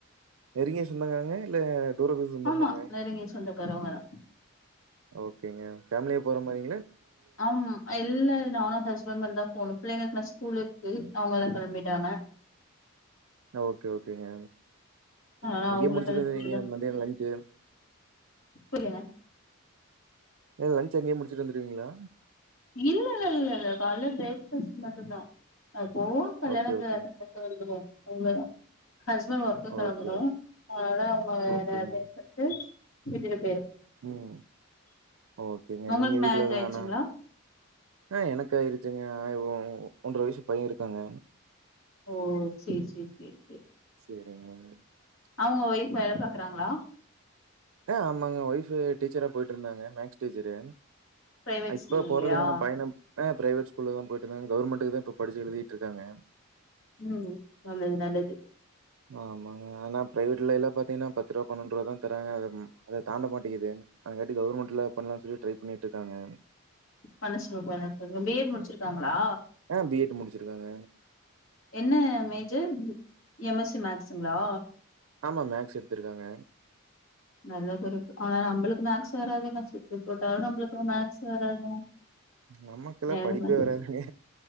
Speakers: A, on the right; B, on the left.
A: நெரிங்கிய சொந்தகாரங்க இல்ல தூரத்து சொந்தமாங்க?
B: ஆமா நெருங்கிய சொந்தகாறவங்கதா
A: ஓகேங்க பேமிலியா போற மாரி
B: ஆமா இல்ல நானு ஹஸ் பண்டு தா போனு பிள்ளைங்களுக்கெல்லா ஸ்கூல் இருக்கு அவங்க எல்லா கெளம்பிட்டாங்க
A: ஓகே ஓகேங்க
B: அதனால
A: அங்கயே
B: அவங்களுக்கெல்லா
A: முடிச்சிட்டு வந்துருவிங்க
B: ஸ்கூல்தா
A: மதியோ லஞ்சு
B: புரிலங்க
A: எது லன்ச் அங்கயே முடிச்சிட்டு வந்துருவீங்ளா
B: இல்லலல கால்ல பிரேக் பாஸ்ட் மட்டு்ந்தா ஓபன்ள
A: ஓகே,
B: <unintelligible>
A: ஓகேங்க.
B: கேட்டன் <unintelligible> அவ்ளோதான் ஹஸ்பண்ட் ஒர்க்கு கிளம்பனும்
A: ஓகே, ஓகே.
B: அதனால
A: ஓகேங்க.
B: நா தே <unintelligible>
A: ம் ஓகேங்க
B: உங்களுக்கு
A: நீங்க வீட்ல
B: மேரேஜ்
A: தானா
B: ஆயிடுச்சுங்களா
A: ஆ எனக்காயிருச்சுங்க ஆயி <unintelligible> ஒன்ற வயசு பையன் இருக்காங்க
B: ஓ சேரி சேரி சேரி சேரி
A: சேரிங்க
B: அவுங்க ஒய்ஃப் வேலை பாக்குறாங்களா
A: ஆ ஆமாங்க ஒய்ஃபு டீச்சரா போயிட்டு இருந்தாங்க மேக்ஸ் டீச்சரு
B: பிரைவேட்
A: இப்ப
B: ஸ்கூல்லையா
A: போறது இல்லைங்க பயணம் ஆ பிரைவேட் ஸ்கூல்ல தான் போயிட்டு இருந்தாங்க கவர்மெண்டுக்கு தான் இப்ப படிச்சு எழுதிட்டுருக்காங்க
B: ம் நல்லது நல்லது
A: ஆமாங்க ஆனா பிரைவேட்ல எல்லாம் பாத்தீங்கன்னா பத்து ரூபா பன்னொன்ரூபா தான் தராங்க அத அதை தாண்ட மாட்டிகிது அதுங்காட்டி கவர்மெண்ட்ல பண்ணலாம்னு சொல்லி ட்ரை பண்ணிட்டு இருக்காங்க
B: மனசுலு <unintelligible> பி. எட் முடிச்சிருக்காங்களா
A: ஆ பி எட் முடிச்சிருக்காங்க
B: என்ன மேஜர் எம் எஸ் சி மேக்ஸ்ங்களா
A: ஆமா மேக்ஸ் எடுத்திருக்காங்க
B: நல்ல குருப் ஆனா நம்மளுக்கு மேக்ஸ் வராதுங்க சுட்டு போட்டாலும் நம்மளுக்கு மேக்ஸ் வராதுங்க
A: நமக்கெல்லாம்
B: ஏனங்க
A: படிப்பே வராதுங்க.